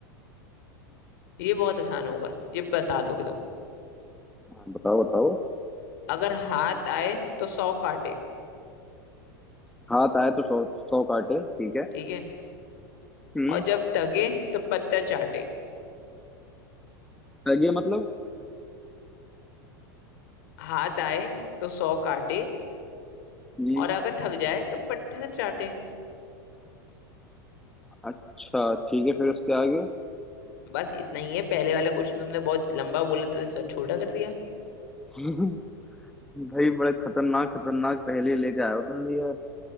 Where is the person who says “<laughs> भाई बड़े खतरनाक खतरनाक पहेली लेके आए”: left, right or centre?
Centre